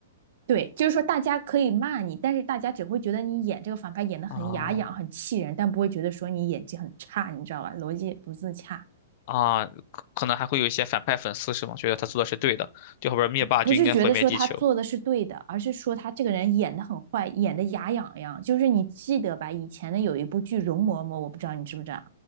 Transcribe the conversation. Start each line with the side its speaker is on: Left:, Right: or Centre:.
Right: 对，就是说大家可以骂你，但是大家只会觉得你演这个反派演得很牙痒、
Left: 哦，
Right: 很气人，但不会觉得说你演技很差，你知道吧？逻辑不自洽，
Left: 啊，可可能还会有一些反派粉丝是吗？觉得他做的是对的，就后边灭霸就应该毁灭地球。
Right: 不是觉得说他做的是对的，而是说他这个人演得很坏，演得牙痒痒。就是你记得吧？以前的有一部剧《容嬷嬷》，我不知道你知不知道啊，